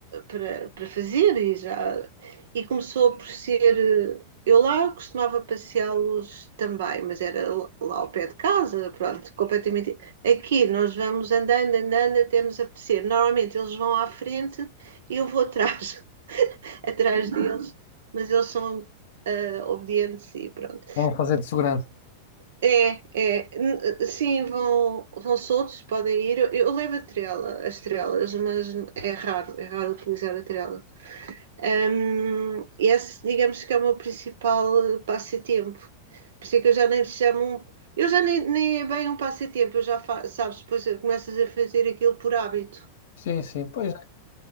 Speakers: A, on the right (about 80°); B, on the left (about 70°).
A: para, para fazer e já e começou por ser eu lá costumava passeá-los também, mas era lá ao pé de casa, pronto, completamente. Aqui nós vamos andando, andando até nos apetecer. Normalmente eles vão à frente e eu vou atrás, <laughs> atrás deles, mas eles são uh, obedientes e pronto.
B: Vão fazer de segurança.
A: É, é, N- sim, vão, vão soltos, podem ir. Eu, eu levo a trela, as trelas, mas é raro, é raro utilizar a trela. Hum, esse, digamos que é o meu principal eh, passatempo. Por isso é que eu já nem chamo um. Eu já nem, nem é bem um passatempo, eu já fa, sabes, depois começas a fazer aquilo por hábito.
B: Sim, sim. Pois